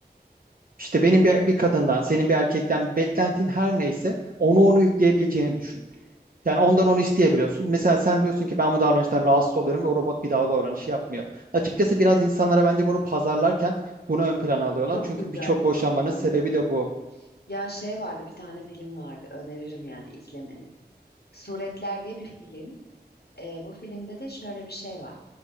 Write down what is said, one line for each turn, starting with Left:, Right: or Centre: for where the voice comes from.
Right: işte benim bir, bir kadından, senin bir erkekten beklentin her neyse onu onu yükleyebileceğini düşün. Yani ondan onu isteyebiliyorsun. Mesela sen diyorsun ki ben bu davranıştan rahatsız oluyorum ve o robot bir daha o davranışı yapmıyor. Açıkçası biraz insanlara bence bunu pazarlarken bunu ön plana alıyorlar.
Left: Çok
Right: Çünkü
Left: güzel
Right: birçok
Left: bir
Right: boşanmanın
Left: pazarlıyor.
Right: sebebi de bu.
Left: Ya şey vardı bir tane film vardı öneririm yani izlemeni. Suretler diye bir film. Ee, bu filmde de şöyle bir şey var.